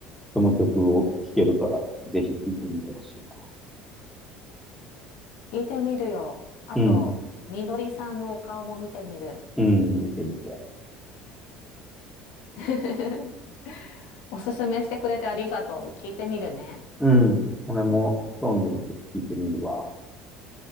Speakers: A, in the centre; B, on the left.
A: その曲を聴けるからね、ぜひ聴いてみてほしいな。
B: 聞いてみるよ。あと、
A: うん。
B: みのりさんのお顔も見てみる。
A: うん、見てみて。
B: <laughs> おすすめしてくれてありがとう。聞いてみるね。
A: うん。俺も、ストーンズの曲聴いてみるわ。